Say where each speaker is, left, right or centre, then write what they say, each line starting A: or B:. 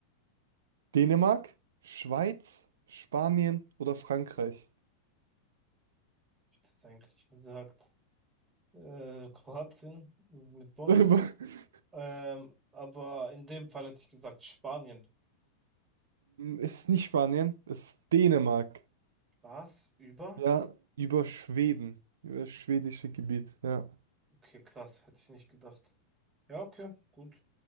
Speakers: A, on the right; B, on the right.
A: Dänemark, Schweiz, Spanien oder Frankreich?
B: ich das eigentlich gesagt? Äh, Kroatien mit Bosnien.
A: <laughs>
B: Ähm, aber in dem Fall hätte ich gesagt Spanien.
A: Es ist nicht Spanien, es ist Dänemark.
B: Was? Über?
A: Ja, über Schweden, über das schwedische Gebiet, ja.
B: Okay, krass, hätte ich nicht gedacht. Ja, okay, gut.